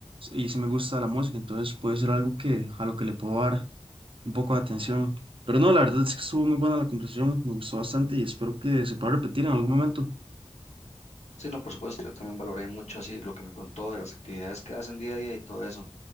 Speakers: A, on the right; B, on the left.
A: y si me gusta la música, entonces puede ser algo que a lo que le puedo dar un poco de atención. Pero no, la verdad es que estuvo muy buena la conversación, me gustó bastante y espero que se pueda repetir en algún momento.
B: Sí, no, por supuesto, yo también valoré mucho así lo que me contó de las actividades que hacen día a día y todo eso.